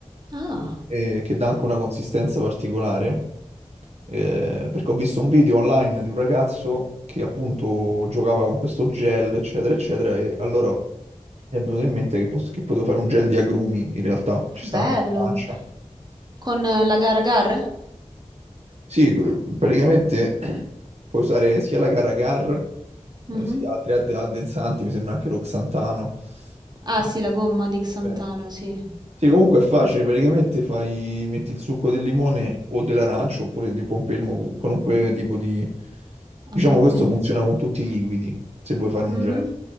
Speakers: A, on the right; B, on the right.
A: Ah,
B: eh, che dà anche una consistenza particolare, eh, perché ho visto un video online di un ragazzo che appunto giocava con questo gel, eccetera, eccetera, e allora mi è venuto in mente che, posso- che potevo fare un gel di agrumi, in realtà, ci
A: bello.
B: sta anche in Francia.
A: Con eh, la Garagar?
B: Sì, co- praticamente <clears throat> puoi usare sia la Caracar,
A: Mhm.
B: eh, sia altri ad- addensanti, mi sembra anche l'oxantano.
A: Ah
B: Eh,
A: sì, la gomma di Xantano,
B: eh.
A: sì.
B: Sì, comunque è facile, praticamente fai, metti il succo del limone o dell'arancio oppure di pompelmo, qualunque tipo di... Diciamo
A: Agrume.
B: questo funziona con tutti i liquidi, se vuoi fare un
A: Mhm.
B: gel.